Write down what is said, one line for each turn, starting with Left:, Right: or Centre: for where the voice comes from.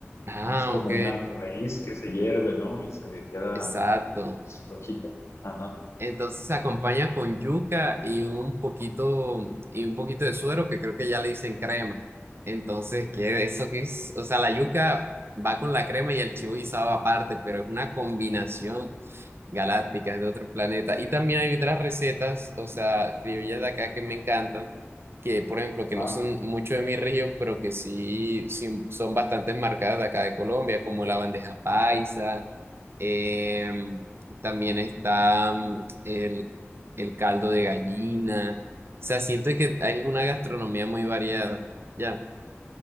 Right: Ah,
Left: es como
Right: ok,
Left: una raíz que se hierve, ¿no? Y se queda,
Right: exacto.
Left: eh, pues, flojita. Ajá,
Right: Entonces se acompaña con yuca y un poquito, y un poquito de suero, que creo que ya le dicen crema. Entonces, ¿qué, eso qué es? O sea, la yuca va con la crema y el chivo guisado aparte, pero es una combinación. galácticas de otro planeta. Y también hay otras recetas, o sea, criollas de acá que me encantan, que por ejemplo,
Left: ajá.
Right: que no son mucho de mi región, pero que sí, sí son bastante marcadas de acá de Colombia, como la bandeja paisa, em, también está mm, el, el caldo de gallina. O sea, siento que hay una gastronomía muy variada. Ya.